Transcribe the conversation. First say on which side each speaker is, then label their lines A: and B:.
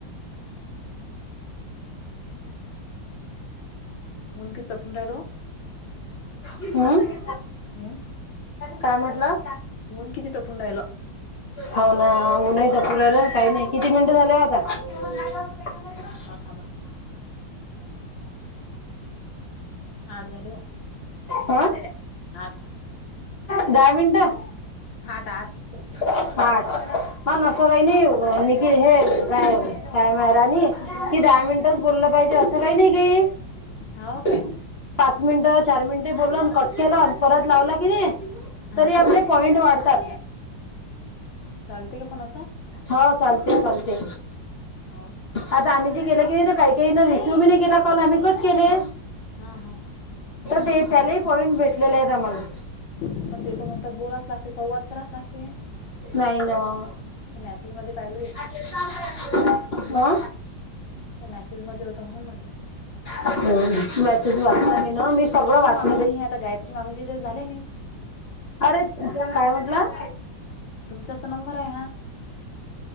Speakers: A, on the left; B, on the left.
A: ऊन किती तापून रायलो ओ
B: हम्म
A: हम्
B: काय म्हटलं.
A: ऊन किती तपून राहिलं.
B: हो ना.. ऊनही तपून राहिलं काही नाही किती मिनटं झाले आता <unintelligible>
A: हा थांबा. आठ झाले हो
B: हा
A: आठ
B: दहा मिनटं
A: आठ आठ
B: साठ मा नसा बहिनी
A: अ
B: नीकि हे गाय गाय मा राणी कि दहा मिनिटंच बोललं पाहिजे असं काही नाही काही
A: हा हो काय
B: पाच मिनिटं चार मिनिटे बोललोन कट केला परत लावलं की नाही
A: हा
B: तरी आपले पॉइंट वाढतात.
A: चालते का पण असं
B: हो चालते चालते.
A: हो का
B: आता आम्ही जी केलं की नाही काही काहीन रिसिव्ह बी नाही केला कॉल आणि कट केले.
A: हा हा
B: ते त्यालेही पॉईंट भेटलेले आहेत आम्हाले
A: पण ते तर म्हणतात बोलाच लागते संवाद कराच लागते
B: नाही नं.
A: ते मॅसेज मध्ये पाहिलं मी
B: हा
A: त्या मेसेज मध्ये होतं म्हणून म्हटलं
B: हम मेसेज वाचला मी ना मी सगळं वाच-
A: मीने हे आता गायत्री मामीचे ज झालंय ने
B: अरे काय म्हटलं.
A: चस नंबर आहे ना